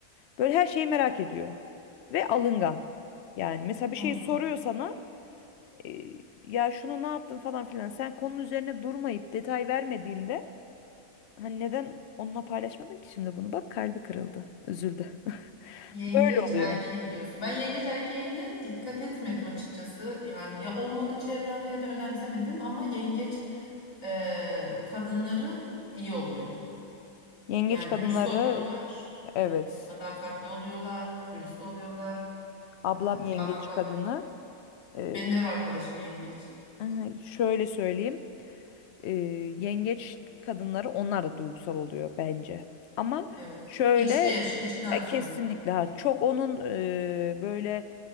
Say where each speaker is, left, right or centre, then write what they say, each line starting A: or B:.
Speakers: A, on the left; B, on the left.
A: böyle her şeyi merak ediyor ve alıngan yani mesela bir
B: Hmm.
A: şey soruyor sana e, ya şunu ne yaptın falan filan sen konunun üzerine durmayıp detay vermediğinde hani neden onunla paylaşmadın ki şimdi bunu bak kalbi kırıldı üzüldü
B: Yengeç
A: böyle oluyor
B: erkeği diyorsun. Ben yengeç erkeğine dikkat etmedim açıkçası. Yani ya olmadı çevremde ya da önemsemedim ama yengeç e, kadınları iyi oluyor.
A: yengeç
B: Yani
A: kadınları
B: dürüst oluyorlar. Evet,
A: Evet.
B: sadakatli oluyorlar, dürüst oluyorlar.
A: Ablam
B: E,
A: yengeç
B: yalan dolan.
A: kadını. Ee,
B: Benim de ev arkadaşım yengeç.
A: <laughs> şöyle söyleyeyim. Ee, yengeç kadınları onlar da duygusal oluyor bence. Ama
B: Evet.
A: şöyle
B: İçte yaşıyor, içine atıyor.
A: e, kesinlikle ha, çok onun e, böyle